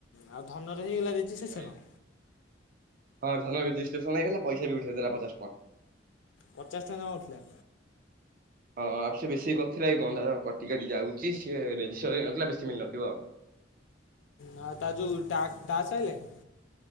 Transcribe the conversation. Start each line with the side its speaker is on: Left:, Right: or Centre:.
Left: ଆଉ ଧନର ହେଇଗଲା ରେଜି ଶେଷନ।
Right: ଆଇଲି ହଁ ଧନଜିେସନ ହେଇଗ ପଇସା ବି ଉଠେଇଦେ ପଚଶ ଟଙ୍କା।
Left: ପଚାଶ ଟଙ୍କା ଜମା ଉଠୁଲା।
Right: ହଁ ଆଉ ସେ ବେଶୀ କରିଥିଲା କିକଣ ତାର କଟି କାଟି ଯାଉଛି ସି ଏରେଜିଷ୍ଟର ହେଇନ ନଥିଲା ବେଶୀ ମିଳି ନଥିବ ଆଉ।
Left: ହଁ ତାଯୋଉ ଟାସ ଟାକ୍ସ ଆଇଲାନି।